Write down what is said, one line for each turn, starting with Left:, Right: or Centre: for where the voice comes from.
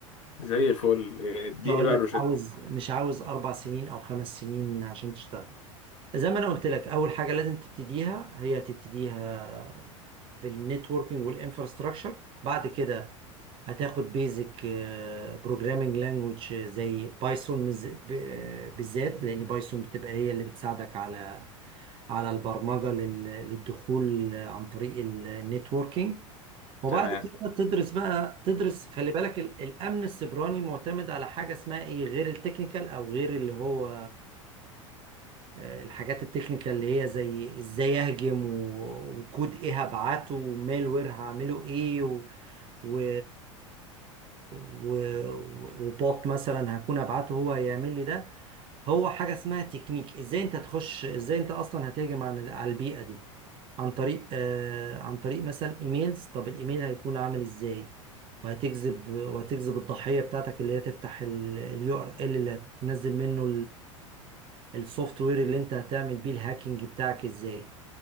Left: زي الفل اديني
Right: مش هقول
Left: بقى
Right: لك
Left: الروشتة
Right: عاوز مش عاوز اربع سنين او خمس سنين عشان تشتغل زي ما انا قلت لك اول حاجه لازم تبتديها هي تبتديها بالنتوركينج والانفراستراكشر بعد كده هتاخد بيزك بروجرامينج لانجوج زي بايثون مز- ب- آه، بالذات لان بايثون بتبقى هي اللي بتساعدك على على البرمجه لل- للدخول عن طريق النتوركينج وبعد
Left: تمام
Right: كده تدرس بقى تدرس خلي بالك ال- الامن السيبراني معتمد على حاجه اسمها ايه غير التكنيكال او غير اللي هو آه، الحاجات التكنيكال اللي هي زي ازاي اهجم و- وكود ايه هبعته ومالوير هعمله ايه و... و... و... وبوت مثلا هكون ابعته هو هيعمل لي ده هو حاجة اسمها تكنيك ازاي انت تخش ازاي انت اصلا هتهجم عن على البيئة دي عن طريق آه عن طريق مثلا ايميلز طب الايميل هيكون عامل ازاي وهتجذب وهتجذب الضحية بتاعتك اللي هي تفتح اليو ار ال URL اللي هتنزل منه السوفت وير اللي انت هتعمل بيه الهاكينج بتاعك ازاي